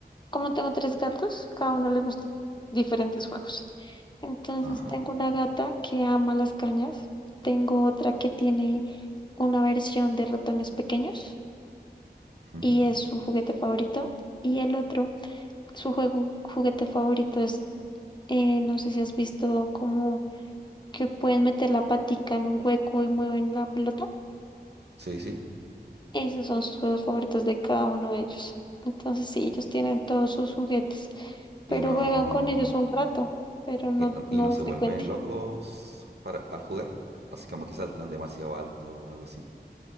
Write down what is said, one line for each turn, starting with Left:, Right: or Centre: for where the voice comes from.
Left: como tengo tres gatos, cada uno le gusta diferentes juegos. Entonces
Right: Ajá.
Left: tengo una gata que ama las cañas. Tengo otra que tiene una versión de ratones pequeños
Right: ujú.
Left: y es su juguete favorito. Y el otro, su juego, juguete favorito es, eh, no sé si has visto como que pueden meter la patica en un hueco y mueven la pelota.
Right: Sí, sí.
Left: Esos son sus juegos favoritos de cada uno de ellos. Entonces sí, ellos tienen todos sus juguetes, pero
Right: Y no,
Left: juegan con ellos un rato, pero no,
Right: y no,
Left: no
Right: y no se
Left: frecuente.
Right: vuelven locos para, al jugar, así como que saltan demasiado alto o algo así.